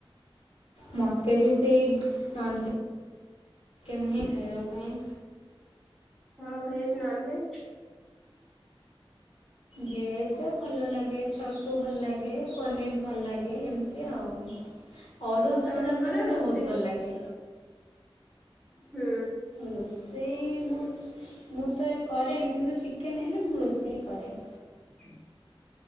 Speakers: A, on the left; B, in the centre.
A: ମୋତେ ବି ସେଇ ନନ୍ଭେ ଚିକେନ୍ ହିଁ ଖାଇବା ପାଇଁ।
B: ହଁ ଭେଜ ନନ୍ ଭେଜ?
A: ଭେଜ ଭଲ ଲାଗେ ଛତୁ ଭଲ ଲାଗେ ପନିର ଭଲ ଲାଗେ ଏମିତି ଆଉ। ଅରୁଆ ଭାତ
B: ତମେ
A: ଡାଲମା
B: କର
A: କିନ୍ତୁ
B: ରୋଷେଇ?
A: ବହୁତ ଭଲ ଲାଗେ।
B: ହୁଁ।
A: ରୋଷେଇ ମୁଁ ମୁଁ ତ କରେନି କିନ୍ତୁ ଚିକେନ ହେଲେ ମୁଁ ରୋଷେଇ କରେ।
B: ହଁ